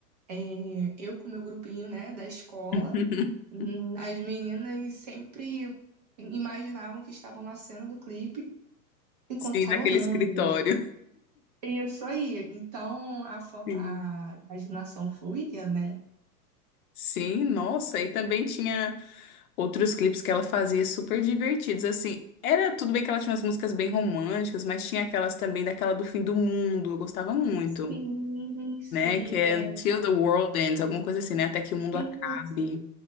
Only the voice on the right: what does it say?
é, eu com meu grupinho, né, da escola,
hum, as meninas sempre imaginavam que estavam na cena do clipe enquanto
estavam
andando.
Isso aí. Então a foto,
a imaginação fluía, né?
Sim, sim,
é
isso.